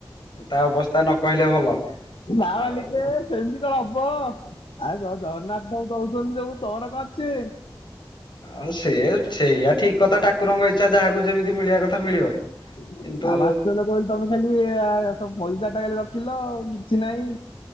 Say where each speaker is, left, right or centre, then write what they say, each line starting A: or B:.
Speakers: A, on the left (about 60°); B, on the left (about 85°).
A: ତା ଅବସ୍ଥା ନ କହିଲେ ଭଲ।
B: ନାମାଲିକେ
A: ଆଉ
B: ସେମିତି କଣ ହବ ଆ ତ ଜଗନ୍ନାଥ ସବୁ କହୁଚନ୍ତି ସବୁ ତମର କଣ ଅଛି?
A: ଆଉ ସେ ସେଇଆ ଠିକ କଥା ଠାକୁରଙ୍କ ଇଚ୍ଛା ଯାହାକୁ ଯେମିତି ମିଳିବା କଥା ମିଳିବ
B: <unintelligible>
A: କିନ୍ତୁ
B: ଖାଲି ସବୁ ପଇସା ଟା ଖାଲି ରଖିଲ କିଛି ନାହିଁ।